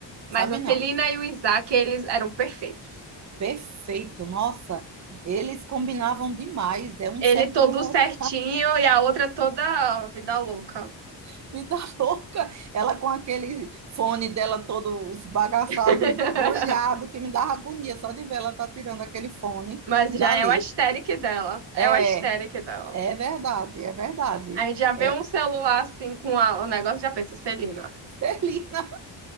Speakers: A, on the right (about 65°); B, on the right (about 40°).
A: Mas
B: sabe
A: a Celina
B: não?
A: e o Isaac, eles eram perfeitos.
B: Perfeito, nossa, eles combinavam demais, é um
A: Ele
B: certinho,
A: todo
B: outra
A: certinho e a outra toda vida louca.
B: <laughs> vida louca, ela com aquele fone dela todo esbagaçado,
A: <laughs>
B: brulhado, que me dava agonia só de ver ela tá tirando aquele fone
A: Mas já
B: dali.
A: é o aesthetic dela. É
B: É,
A: o aesthetic dela.
B: é verdade, é verdade.
A: A gente já vê
B: É,
A: um celular assim com a- o negócio e já pensa, Celina.
B: <laughs> Celina.